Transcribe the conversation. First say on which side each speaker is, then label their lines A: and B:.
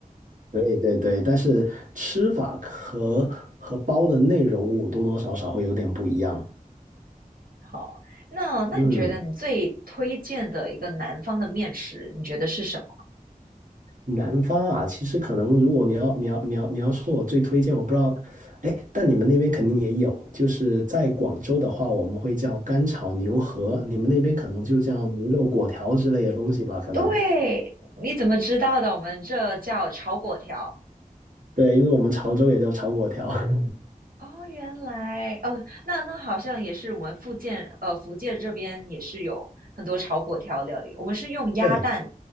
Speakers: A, on the right (about 60°); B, on the right (about 75°).
A: 对对对，但是吃法和和包的内容物多多少少会有点不一样。
B: 好，那那你觉得你最推荐的一个南方的面食，
A: 嗯，
B: 你觉得是什么？
A: 南方啊，其实可能如果你要你要你要你要说我最推荐，我不知道，哎，但你们那边肯定也有，就是在广州的话，我们会叫干炒牛河，你们那边可能就叫牛肉果条之类的东西吧，可能。
B: 对，你怎么知道的？我们这叫炒粿条。
A: 对，因为我们潮州也叫炒果条。<laughs>
B: 哦，原来哦，那那好像也是我们福建呃福建这边也是有很多炒粿条料理。我们是用鸭蛋
A: 对